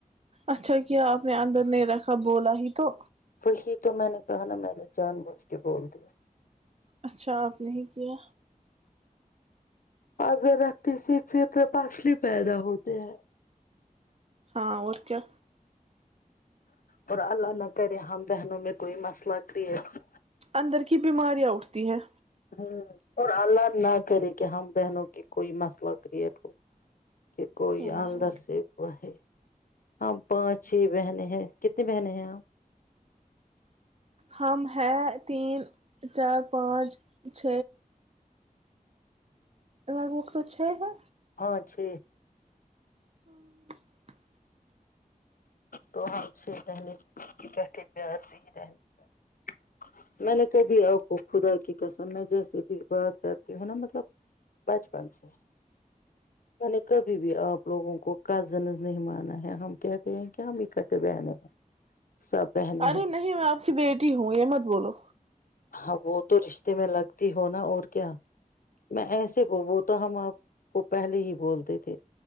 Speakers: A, on the right; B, on the left.
A: اچھا کیا آپ نے اندر نہیں رکھا بولا ہی تو
B: ف ہی تو میں نے کہ نا میں نے جان بوجھ کے بول دیا
A: اچھا آپ نے ہی کیا
B: اگرر رکھتی س پھرپاسلی پیدا ہوتے ہیں
A: ہاں اور کیا
B: اور اللہانہ کرے ہم ہم بہن میں کوئی مسئلہ کرریٹ
A: اندر کی بیماریاں اٹھتی ہیں
B: ہ اور اللہ نہ کرے کہ ہم بہنوں کی کوئی مسئلہ کریئٹ ہو کہ کوئی
A: ہاں
B: اندر سے پڑھے ہم پانچ چھ بہنیں ہیں کتنی بہنیں ہیں ہم
A: ہم ہیں تین چار پانچ چھ لگ بگ توو چھ ہے
B: ہاں چھ
A: ہاں
B: تو ہم چھ بہنے بیٹھے پیار سے ہی رہنے چاہیے میں نے کبھی آپ کو خدا کی قسم میں جیسے بھی بات کرتی ہوں نا مطلب بچپن سے میں نے کبھی بھی آپ لوگوں کو کزن نہیں مانا ہے ہم کہتے ہیں کیا ہم اکٹ بہن ہیں سب بہنیں
A: ارے
B: ہیں
A: نہیں میں آپ کی بیٹی ہوں یہ مت بولو
B: ہاں وہ تو رشتے میں لگتی ہو نا اور کیا میں ایسے وہ تو ہم آپ کو پہلے ہی بولتے تھے